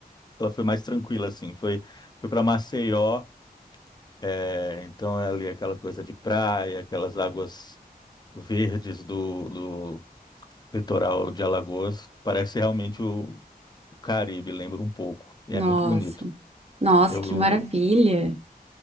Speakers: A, on the left; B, on the right.
A: ela foi mais tranquila, assim. Foi, foi para Maceió, é, então é ali aquela coisa de praia, aquelas águas verdes do, do litoral de Alagoas. Parece realmente o, o Caribe, lembra um pouco. E
B: Nossa,
A: é muito bonito.
B: nossa,
A: Eu,
B: que maravilha!